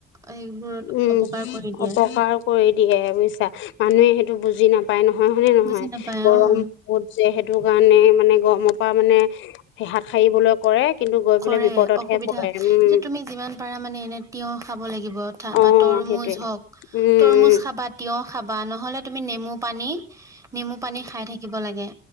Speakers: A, on the right; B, on the left.
A: এইবোৰত
B: উম
A: অপকাৰ কৰি দিয়ে
B: অপকাৰ কৰি দিয়ে বুজিছা মানুহে সেইটো বুজি নাপায় নহয় হনে নহয়
A: বুজি নাপায়
B: গৰম
A: উম
B: বহুত যে সেইটো কাৰণে মানে গৰমৰ পৰা মানে হাত সাৰিবলৈ কৰে কিন্তু গৈ পেলাই
A: কৰে
B: বিপদতহে
A: অসুবিধা,
B: পৰে উম
A: তুমি যিমান পাৰা মানে এনে তিয়হ খাব লাগিব অথা
B: অ
A: তৰমুজ
B: সেইটোৱে
A: হওক
B: উম
A: তৰমুজ
B: উম
A: খাবা তিয়হ খাবা, নহ'লে তুমি নেমু পানী নেমু পানী খাই থাকিব লাগে